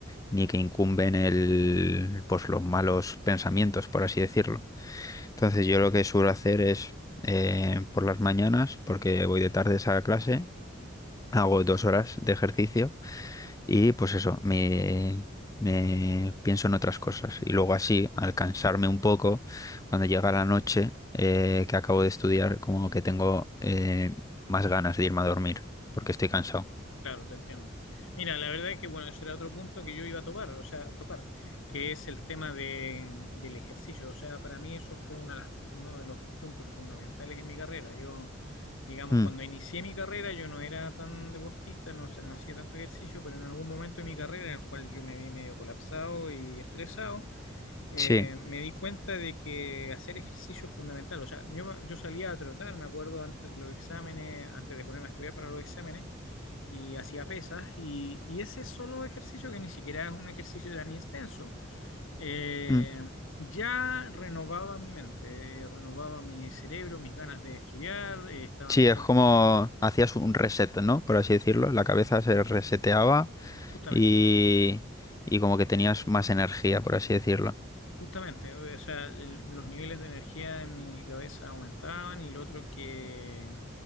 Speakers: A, on the left; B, on the left.
A: ni que incumben el, pues los malos pensamientos, por así decirlo. Entonces yo lo que suelo hacer es eh, por las mañanas, porque voy de tardes a clase, hago dos horas de ejercicio y pues eso, me, me pienso en otras cosas. Y luego así, al cansarme un poco, cuando llega la noche eh, que acabo de estudiar, como que tengo eh, más ganas de irme a dormir, porque estoy cansado.
B: Claro, te entiendo. Mira, la verdad es que, bueno, ese era otro punto que yo iba a tocar, o sea, tocar, que es el tema de- del ejercicio. O sea, para mí eso fue una de las- uno de los puntos fundamentales en mi carrera. Yo, digamos,
A: Mm,
B: cuando inicié mi carrera, yo no era tan deportista, no, no hacía tanto ejercicio, pero en algún momento de mi carrera, en el cual yo me vi medio colapsado y estresado, eh,
A: sí,
B: me di cuenta de que hacer ejercicio es fundamental. O sea, yo, yo salía a trotar, me acuerdo, antes de los exámenes, antes de ponerme a estudiar para los exámenes, y hacía pesas, y, y ese solo ejercicio, que ni siquiera es un ejercicio tan extenso, eh,
A: mm,
B: ya renovaba mi mente, eh, renovaba mi cerebro, mis ganas de estudiar, eh, estaba
A: sí,
B: mucho,
A: es como
B: eh,
A: hacías un reset, ¿no? Por así decirlo. La cabeza se reseteaba
B: justamente.
A: y, y como que tenías más energía, por así decirlo.
B: Justamente, o sea, el- los niveles de energía en mi cabeza aumentaban y lo otro que mm,